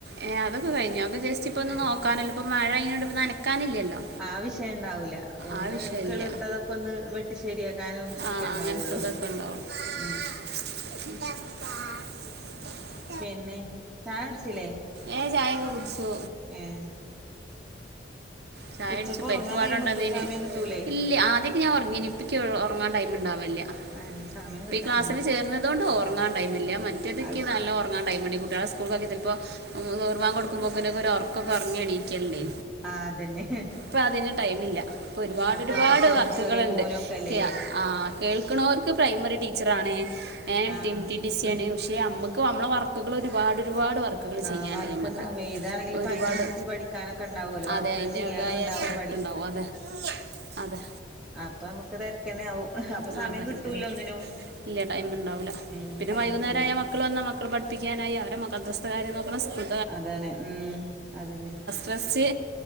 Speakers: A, on the right; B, in the centre.
A: ഏഹ് അതൊക്കെ കഴിഞ്ഞ് അത് ജെസ്റ്റിപ്പോ ഒന്ന്
B: ഏഹ്
A: നോക്കാനല്ലിപ്പോ മഴയിങ്ങനൊണ്ട് ഇപ്പോ നനക്കാനില്ലല്ലോ
B: ആ വിഷയം ഇണ്ടാവൂല്ല ഒന്ന്
A: ആ വിഷയമില്ല
B: കിളിർത്തതൊക്കെ ഒന്ന് വെട്ട് ട്ട് ശരിയാക്കാനും
A: ആ
B: ഒക്കെ ഉണ്ടാവോള്ളൂ
A: അങ്ങനത്തതൊക്കെ ഉണ്ടാവുള്ളൂ
B: ഊം
A: <inaudible>
B: പിന്നെ ചായുടിച്ചില്ലേ
A: ഏഹ് ചായേക്ക കുടിച്ചു
B: ഏഹ്
A: ചായുടിച്ചു
B: ഉച്ചക്ക്
A: പരിപ്പുവട
B: ഉറങ്ങാൻ ടൈം
A: ഒണ്ടാതിന്
B: കിട്ടുവോ സമയം കിട്ടൂലേ
A: ഇല്ല ആദ്യൊക്കെ ഞാൻ ഒറങ്ങിനി ഇപ്പിക്ക് ഒ ഒറങ്ങാ ടൈം മിണ്ടാവില്ല
B: ആഹ് എന്നെ സമയം
A: ഇപ്പ
B: കിട്ടാനില്ല
A: ഈ ക്ലാസ്സിൽ
B: മ
A: ചേർന്നതുകൊണ്ട് ഒറങ്ങാൻ ടൈമില്ല മറ്റേതിക്ക്
B: അത്
A: നല്ല ഒറങ്ങാൻ ടൈം മണി കുട്ടികള സ്കൂൾക്കാക്കിയ ചെലപ്പോ ഉറങ്ങാ കൊടുക്കുമ്പോ പിന്നേക്ക് ഒരു ഒറക്കോക്കറങ്ങി എണീക്കേണ്ടെ
B: ആഹ് അതന്നെ ഹ്
A: ഇപ്പ അതിന് ടൈമില്ല ഇപ്പ ഒരുപാട് ഒരുപാട്
B: ക്ലാസ്സും
A: വർക്ക്കളിണ്ട്
B: ചെറിയ മോനും ഒക്കെ അല്ലേല്ലേ
A: ക്യാ ആ കേൾക്കണോർക്ക് പ്രൈമറി ടീച്ചറാ ണേ ഏഹ്
B: ആ
A: ടിം ടി ടി സി
B: ഉം
A: യാണ് ഏ അമ്മുക്ക് അമ്മളെ വർക്ക്കള് ഒരുപാട് ഒരുപാട് വ ക്ക്കള്
B: ആ
A: ചെയ്യാന്ണ്ട്
B: വർക്ക്
A: ഞമ്മക്ക്
B: ഉണ്ടാവും ഏതാണെങ്കിലും ഇപ്പ
A: ഒരു
B: അതിനനുസരിച്ച്
A: പാട്
B: പഠിക്കാനൊക്കെ ഉണ്ടാവുമല്ലോ വർക്കുകൾ
A: അതേ ഇ അതിന്റെതായ
B: ചെയ്യാനും ഉണ്ടാവും
A: സൾണ്ടാവും അതെ അതെ
B: ആഹ് അപ്പ അമ്മക്ക് തര് കെന്നെ ആവു അപ്പൊ സമയം
A: ആഹ് ഭയങ്കര
B: കിട്ടൂല
A: തിരക്ക്
B: ഒന്നിനും
A: ഇല്ല ടൈം ഉണ്ടാവൂല
B: ഉം
A: പിന്നെ
B: ടൈം
A: വൈകുന്നേരമായ
B: ഇട്ടൂല
A: മക്കൾ വന്ന മക്കൾ പഠിപിക്കാനായി അവരെ മകൾസ്ഥകാര്യം നോക്കണം സ്കൂൾ
B: അതാണ് ഉം അതന്നെ
A: ടെസ്റ്റ്